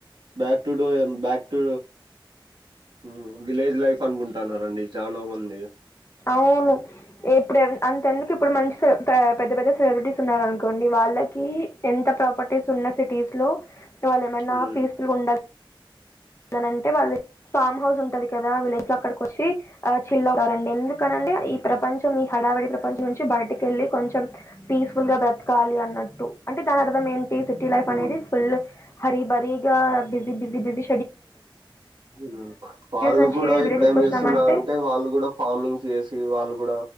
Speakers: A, on the right (about 60°); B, on the left (about 30°).
A: బ్యాక్ టు డు ఎం బ్యాక్టు మ్ విలేజ్ లైఫ్ అనుకుంటన్నారండి చాలా మంది
B: అవును ఇప్పుడు అంతెందుకు ఇప్పుడు మంచి పే-పెద్ద పెద్ద సెలూరిటీస్ ఉన్నారనుకోండి వాళ్ళకి ఎంత ప్రాపర్టీస్ ఉన్న సిటీస్ లో వల్లెమ్మన్న
A: ఉమ్
B: పీస్ ఫుల్ గా ఉండాల్ లంటే వాళ్ళు ఫామ్ హౌస్ ఉంటది కదా విలేజ్ కి అక్కడికొచ్చి ఆ చిల్ అవుతారండి ఎందుకని అంటే ఈ ప్రపంచం ఈ హడావడి ప్రపంచం నుంచి బయటకెళ్ళి కొంచెం పీస్ఫుల్ గా బ్రతకాలి అన్నట్టు అంటే దాని అర్థం ఎం సిటీ లైఫ్
A: ఉమ్,
B: అనేది ఫుల్ హరి బరిగా బిజి బిజి బిజి
A: మ్ వాళ్ళు
B: నుంచి
A: కూడా ఇప్పుడు
B: విలేజెస్
A: ఏం
B: కి వచ్చినామంటే
A: చేస్తున్నారంటే వాళ్ళు కూడా ఫార్మింగ్ చేసి వాళ్ ళ్ళు కూడా